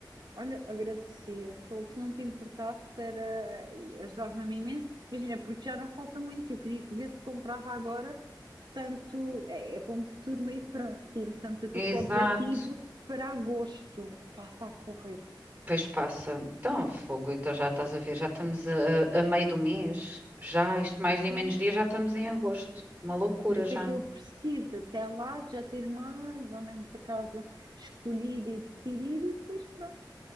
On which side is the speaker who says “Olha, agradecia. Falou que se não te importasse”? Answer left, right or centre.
Right